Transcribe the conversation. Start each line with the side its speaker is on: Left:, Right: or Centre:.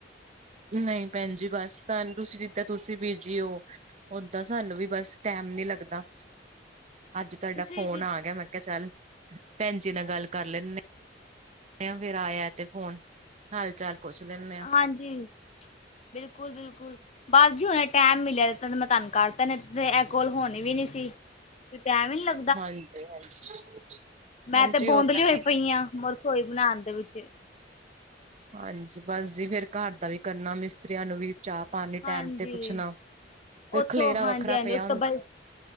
Right: ਨਹੂ ਭੈਣ ਜੀ ਬਸ ਤਨ ਤੁਸੀਂ ਜਿੱਦਾਂ ਤੁਸੀ ਬੀਜੀ ਓ। ਓਦਾਂ ਸਾਨੂੰ ਵੀ ਬਸ ਟੈਮ ਨੀ ਲੱਗਦਾ ਅੱਜ ਤਾਡਾ
Left: ਤੁਸੀਂ
Right: ਫ਼ੋਨ ਗੇਆ ਮੈਂ ਕੇਆ ਚੱਲ ਭੈਣ ਜੀ ਨਾਲ਼ ਗੱਲ ਕਰ ਲੈ ਨੇਤਾ। ਫ਼ੇਰ ਆਏਆ ਤੇ ਫ਼ੋਨ ਹਾਲ ਚਾਲ ਪੁੱਛ ਲੇਨੇ ਆਂ।
Left: ਹਾਂਜੀ ਬਿਲਕੁਲ ਬਿਲਕੁਲ। ਬਸ ਜੀ ਹੁਣੇ ਟੈਮ ਮਿਲੇਆ ਤੇ ਮੈਂ ਤਾਨੂੰ ਕਰਤਾ ਨੇ ਤੇ ਐ ਕੋਲ ਹੋਣੀ ਵੀ ਨੀ ਸੀ। ਟੈਮ ਈ ਨੀ ਲੱਗ
Right: ਹਾਂਜੀ ਹਾਂਜੀ।
Left: ਮੈ ਤੇ ਬੋਂਦਲੀ
Right: ਉਹ ਤਾਂ
Left: ਹੋਈ
Right: ਹੈ
Left: ਪਈ ਆਂ ਰਸੋਈ ਬਨਾਣ ਦੇ ਵਿੱਚ
Right: ਹਾਂਜੀ ਬਸ ਜੀ ਫ਼ੇਰ ਘਰ ਦਾ ਵੀ ਕਰਨਾ ਮਿਸਤਰੀਆਂ ਨੂੰ ਵੀ ਚਾ ਪਾਨੀ
Left: ਹਾਂਜੀ
Right: ਟੈਮ ਤੇ ਪੁੱਛਨਾ ਫੇ
Left: ਉੱਥੋਂ
Right: ਖਲੇਰਾ
Left: ਹਾਂਜੀ
Right: ਵੱਖਰਾ
Left: ਹਾਂਜੀ
Right: ਪੇਆ
Left: ਉਤੋਂ
Right: ਹੁੰਦੈ।
Left: ਬ